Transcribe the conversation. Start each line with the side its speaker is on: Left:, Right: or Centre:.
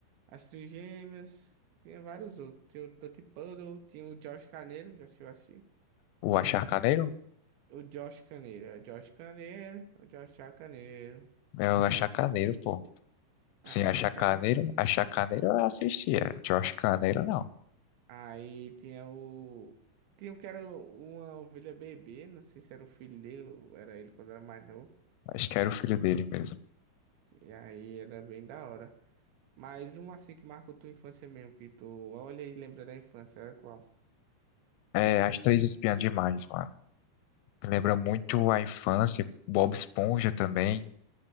Right: As Trigêmeas, tinha vários outros. Tinha o Tutti Puddle, tinha o Josh Caneiro, já chegou a assistir?
Left: O Achacaneiro?
Right: O Josh Caneiro, é o Josh Caneiro, o Josh Chacaneiro.
Left: É o Achacaneiro, pô.
Right: Ah,
Left: Sim, Achacaneiro.
Right: Chacaneiro, né?
Left: Achacaneiro eu assistia. Josh Carneiro, não.
Right: Aí tinha o. Tinha o que era uma ovelha bebê, não sei se era o filho dele ou era ele quando era mais novo.
Left: Acho que era o filho dele mesmo.
Right: E aí era bem da hora. Mas um assim que marcou tua infância mesmo, que tu olha e lembra da infância, era qual?
Left: É, As Três Espiãs Demais, mano. Me lembra muito a infância. Bob Esponja também.